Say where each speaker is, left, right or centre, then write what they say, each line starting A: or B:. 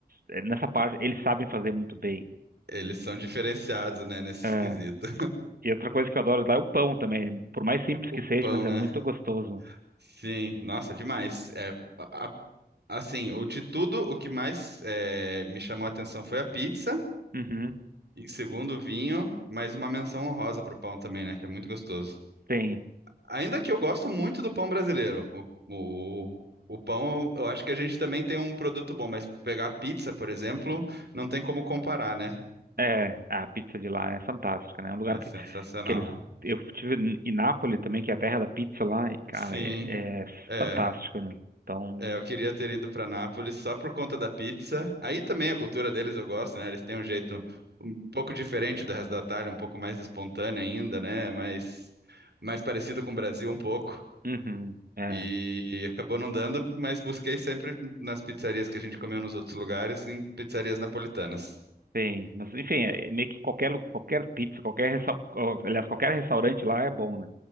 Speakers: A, on the right (about 60°); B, on the right (about 90°).
A: é, nessa parte, eles sabem fazer muito bem.
B: eles são diferenciados, né, nesse
A: É,
B: <laughs> quesito.
A: e outra coisa que eu adoro lá é o pão também. Por mais simples
B: O
A: que seja,
B: pão,
A: mas
B: né?
A: é muito gostoso.
B: Sim, nossa, demais. É, a Assim, o de tudo, o que mais eh, me chamou a atenção foi a pizza.
A: Uhum,
B: Em segundo, o vinho, mas uma menção honrosa pro pão também, né? Que é muito gostoso.
A: tem.
B: Ainda que eu gosto muito do pão brasileiro. O, o, o pão, eu acho que a gente também tem um produto bom, mas pegar a pizza, por exemplo, não tem como comparar, né?
A: É, a pizza de lá é fantástica, né? É um lugar
B: É
A: que,
B: sensacional.
A: que eles. Eu estive em Nápoles também, que é a terra da pizza lá, e, cara,
B: Sim,
A: é, é
B: é.
A: fantástico, né? Então,
B: É, eu queria ter ido para Nápoles só por conta da pizza. Aí também a cultura deles eu gosto, né? Eles têm um jeito um pouco diferente do resto da Itália, um pouco mais espontâneo ainda, né? Mais, mais parecido com o Brasil um pouco.
A: uhum, é,
B: E, e acabou não dando, mas busquei sempre nas pizzarias que a gente comeu nos outros lugares, em pizzarias napolitanas.
A: tem. Mas, enfim, é é meio que qualquer, lu- qualquer pizza, qualquer, restau- aliás, qualquer restaurante lá é bom, né?